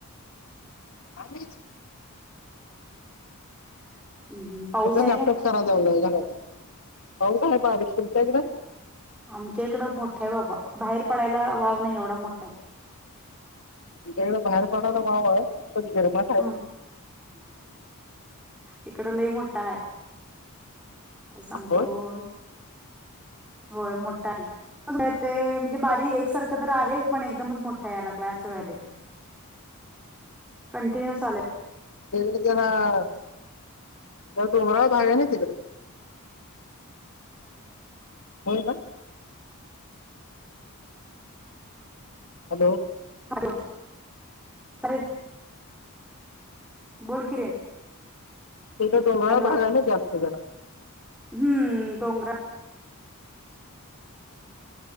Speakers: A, on the left (about 65°); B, in the centre.
A: <inaudible> अग
B: हम्म पाऊस आहे
A: लॅपटॉप
B: काय
A: खराब झालाय का माझा? पाऊस आहे बारीक तुमच्या इकडं?
B: आमच्या इकडं मोठा हाय बाबा बाहेर पडायला वाव नाही एवढा मोठा हाय.
A: तुमच्याकडे बाहेर पडणारा भाव आहे? पण गिरमाट आहे
B: अं इकड लई मोठा हाय. काय सांगतोस
A: होय
B: होय मोठ्ठाय. <unintelligible> ते म्हणजे बारी एकसारखं तर आहेच पण एकदमच मोठा याय लागलाय असं व्हायलंय. कंटिन्युस आलंय.
A: तिकड जरा त्या डोंगरावर झालाय ना तिकड. होय ना? हॅलो.
B: लो सर बोल की रे.
A: इथं डोंगरावर
B: हॅलो
A: झालाय नई जास्त जरा.
B: हम्म डोंगरा